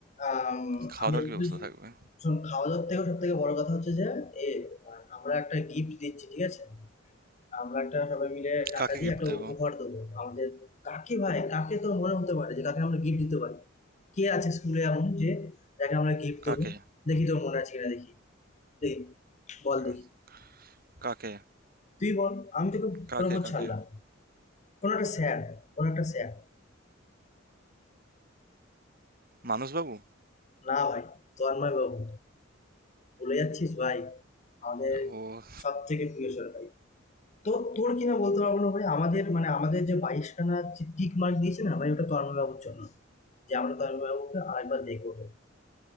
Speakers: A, on the left (about 35°); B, on the right (about 50°).
A: আম,
B: খাওয়া
A: আমি
B: দাওয়ার
A: যতদূর
B: কি ব্যবস্থা থাকবে
A: শোন খাওয়া দাওয়ার থেকে সব থেকে বড় কথা হচ্ছে যে এ আহ, আমরা একটা গিফট দিচ্ছি ঠিক আছে আমরা একটা সবাই মিলে টাকা
B: কাকে
A: দিয়ে
B: গিফট
A: একটা
B: দেবো
A: উপহার দেবো আমাদের কাকে ভাই কাকে তোর মনে হতে পারে যে কাকে আমরা গিফট দিতে পারি কে আছে স্কুলে এমন যে যাকে আমরা গিফট
B: কাকে
A: দেবো দেখি তোর মনে আছে কিনা দেখি এই বল
B: কা-
A: দেখি
B: কাকে
A: তুই বল আমি তোকে
B: কাকে
A: তোর উপর
B: কাকে
A: ছাড়লাম কোনো একটা স্যার কোনো একটা স্যার
B: মানসবাবু?
A: না ভাই তন্ময় বাবু বলে যাচ্ছিস ভাই আমাদের
B: ও
A: সব থেকে প্রিয় স্যার ভাই তো তোর কিনা বলতে পারবো না ভাই আমাদের মানে আমাদের যে বাইশখানা টিক মার্ক দিয়েছে না ভাই ওটা তন্ময় বাবুর জন্য যে আমরা তন্ময় বাবুকে আরেকবার দেখবো ভাই